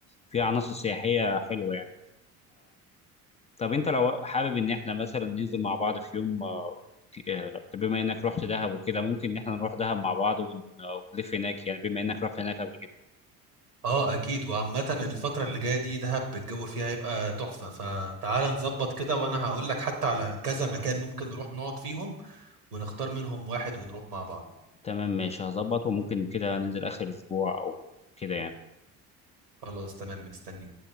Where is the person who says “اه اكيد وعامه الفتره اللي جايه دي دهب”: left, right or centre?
Right